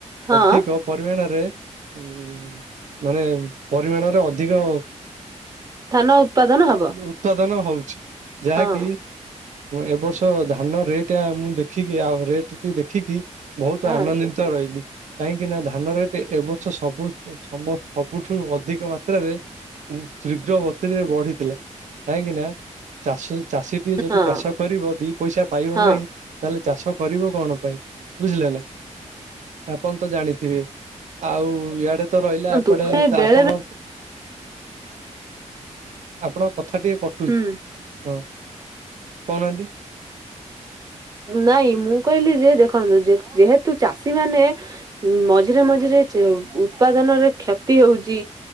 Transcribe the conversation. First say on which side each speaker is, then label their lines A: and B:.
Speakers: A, on the right (about 30°); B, on the right (about 75°).
A: ହଁ
B: ଅଧିକ ପରିମାଣରେ ହୁଁ, ମାନେ ପରିମାଣରେ ଅଧିକ
A: ଧାନ ଉତ୍ପାଦନ ହବ
B: ଉତ୍ପାଦନ ହଉଛି, ଯାହାକି
A: ହଁ।
B: ଏ ବର୍ଷ ଧାନ ରେଟ୍ ଆ-ମୁଁ ଦେଖିକି, ଆଉ ରେ ଟିକେ ଦେଖିକି ବହୁତ
A: ହଁ
B: ଆନନ୍ଦିତ ରହିଲି, କାହିଁକିନା ଧାନ ରେଟ ଛ ସବୁ ସମ ସବୁଠୁ ଅଧିକ ମାତ୍ରାରେ ତୀଘ୍ର ଗତିରେ ବଢିଥିଲା, କାହିଁକି ନା ଚାଷ ଚାଷୀଟିଏ ଯଦି
A: ହଁ
B: ଚାଷ କରିବ, ଦି ପଇସା ପାଇବ
A: ହଁ
B: ନାହିଁ ତାହେଲେ ଚାଷ କରିବ କଣ ପାଇଁ? ବୁଝିଲେ ନା, ଆପଣ ତ ଜାଣିଥିବେ। ଆଉ ଇଆଡେ ତ ରହିଲା
A: କୁହନ୍ତୁ
B: ଏପଟେ,
A: ବେଳେ
B: ତ ଆପଣ
A: ବେଳେ
B: ଆପଣଙ୍କ କଥା ଟିକେ କଟୁଛି।
A: ହୁଁ।
B: ହଁ, କହୁନାହାନ୍ତି?
A: ନାଇଁ ମୁଁ କହିଲି ଯେ ଦେଖନ୍ତୁ ଯେ ଯେହେତୁ ଚାଷୀ ମାନେ ମଝିରେ ମଝିରେ ଚ ଉତ୍ପାଦନରେ କ୍ଷତି ହଉଛି